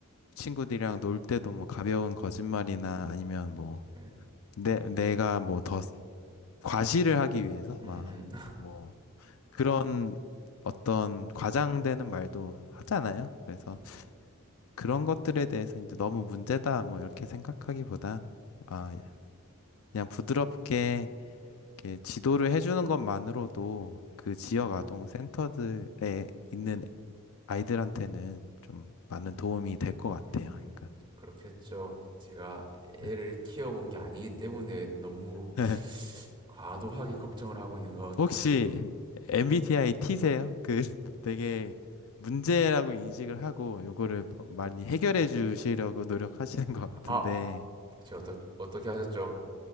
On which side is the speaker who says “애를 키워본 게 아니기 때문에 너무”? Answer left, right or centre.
Right